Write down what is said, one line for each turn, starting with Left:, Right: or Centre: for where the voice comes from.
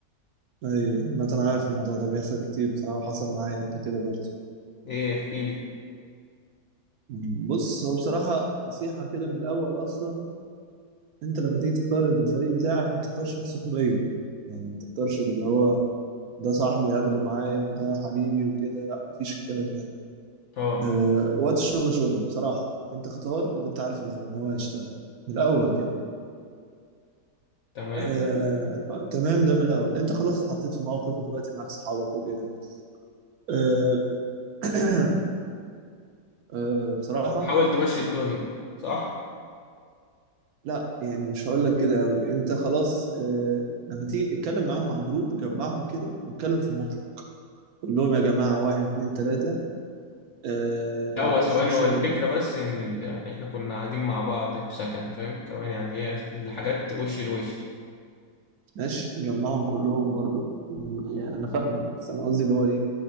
Right: ايوه ما انا عارف الموضوع ده بيحصل كتير بصراحه وحصل معايا قبل كده برضه
Left: ايه احكيلي
Right: مم، بص هو بصراحه نصيحه كده من الاول اصلا انت لما تيجي تختار الفريق بتاعك ما تختارش بالسحورية يعني ما تختارش باللي هو ده صاحبي هاخده معايا وده حبيبي وكده لا مفيش الكلام ده
Left: اه
Right: أه وقت الشغل شغل بصراحة انت اختار اللي انت عارف اللي- ان هو هيشتغل من الاول كده
Left: تمام
Right: أه خ- تمام ده من الاول انت خلاص اتحطيت في موقف ودلوقتي معاك صحابك وكده أه <clears throat> أه بصراحة
Left: حاول تمشي الدنيا صح
Right: لا يعني مش هقول لك كده قوي انت خلاص أه لما تيجي اتكلم معاهم على الجروب جمعهم كده واتكلم في المطلق قول لهم يا جماعة واحد اتنين تلاتة آه،
Left: لا، هو ثواني
Right: احنا الشغل
Left: هو الفكرة بس إن ال... يعني إحنا كنا قاعدين مع بعض في سكن فاهم كمان يعني هي الحاجات وش لوش
Right: ماشي جمعهم كلهم برضو م- يعني انا فاهمك بس انا قصدي اللي هو ايه